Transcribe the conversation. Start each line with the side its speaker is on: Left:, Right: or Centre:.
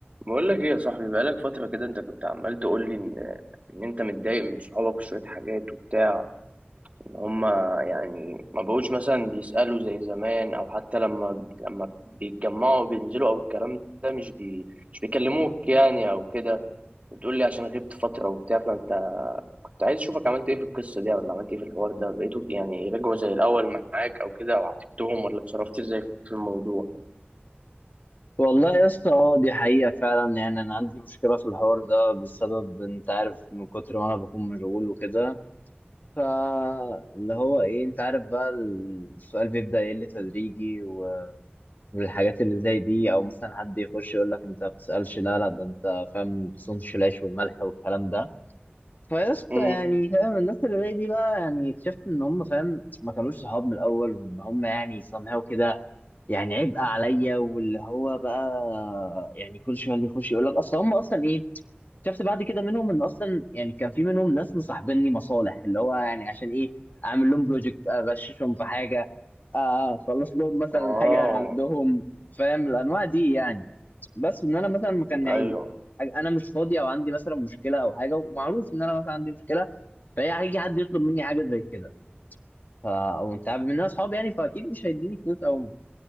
Right: بقول لك ايه يا صاحبي بقالك فترة كده انت كنت عمال تقول لي ان ان انت متضايق من صحابك في شوية حاجات وبتاع ان هما يعني ما بقوش مثلا بيسألوا زي زمان او حتى لما لما بيتجمعوا بينزلوا او الكلام ده مش بي مش بيكلموك يعني او كده بتقول لي عشان غبت فترة وبتاع فانت كنت عايز اشوفك عملت ايه في القصة دي ولا عملت ايه في الحوار ده بقيتوا يعني رجعوا زي الاول معاك او كده او عاتبتهم ولا اتصرفت ازاي في الموضوع
Left: والله يا اسطى اه دي حقيقة فعلا يعني أنا عندي مشكلة في الحوار ده بسبب أنت عارف من كتر ما أنا بكون مشغول وكده فاللي هو إيه أنت عارف بقى السؤال بيبدأ يقل تدريجي و- والحاجات اللي زي دي أو مثلا حد يخش يقول لك أنت ما بتسألش لا لا ده أنت فاهم بتصونش العيش والملح والكلام ده فيا اسطى
Right: امم
Left: يعني فاهم الناس اللي زي دي بقى يعني اكتشفت إن هم فاهم ما كانوش صحاب من الأول وإن هم يعني somehow كده يعني عبء عليا واللي هو بقى يعني كل شويه اللي يخش يقول لك اصل هم اصلا ايه شفت بعد كده منهم ان اصلا يعني كان في منهم ناس مصاحبيني مصالح اللي هو يعني عشان ايه اعمل لهم بروجكت اغششهم في حاجه آه، اخلص لهم مثلا
Right: اه
Left: حاجه عندهم فاهم الانواع دي يعني بس ان انا مثلا ما كان يعني
Right: ايوه
Left: انا مش فاضي او عندي مثلا مشكله او حاجه ومعروف ان انا مثلا عندي مشكله فهي هيجي حد يطلب مني حاجه زي كده ف وانت عارف ان انا اصحابي يعني فاكيد مش هيديني فلوس او